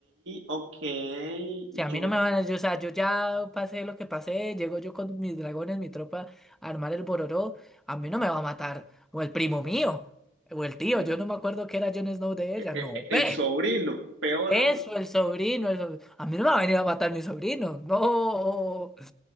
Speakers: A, on the right; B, in the centre.
A: ok, y
B: O sea,
A: yo...
B: a mí no me van a, yo, o sea, yo ya pasé lo que pasé, llego yo con mis dragones, mi tropa, a armar el bororó, a mí no me va a matar, o el primo mío, o el tío,
A: No.
B: yo no me acuerdo que era Jon Snow de ella,
A: E-
B: no,
A: e- e,
B: ve,
A: El sobrino, peor
B: eso,
A: aún.
B: el sobrino, el sobrino, a mí no me va a venir a matar mi sobrino, no.